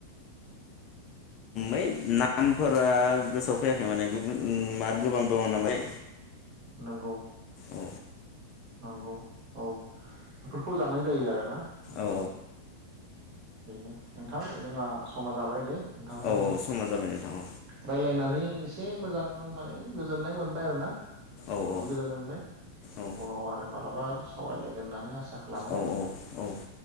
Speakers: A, on the left (about 35°); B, on the right (about 35°).
A: है नामफोरा गोसोआव फैयाखै माने गुबुन मार गोबां दङ नालाय
B: नंगौ
A: औ
B: नंगौ औ बेफोरखौ जानाय जायो आरो ना उम
A: औ
B: बेनो नोंथां जोंहा समा जाबाय दे नोंथांजों
A: औ औ समा जाबाय नोंथां औ
B: रायलायनानै एसे मोजां माने गोजोननाय मोनबाय आरो ना
A: औ
B: जोबोद
A: औ
B: गोजोननाय मोनबाय
A: औ
B: उनाव आरो मालाबा सावरायलायगोन होननानै आसा खालामो
A: औ औ औ